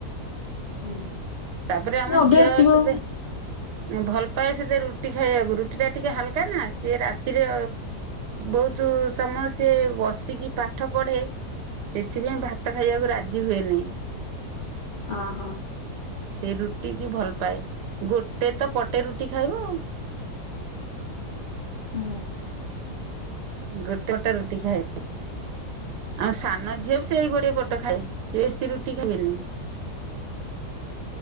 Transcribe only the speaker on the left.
ହୁଁ
ଅଭ୍ୟାସ
ଥିବ
ହଁ
ଅଁ ହ
ହ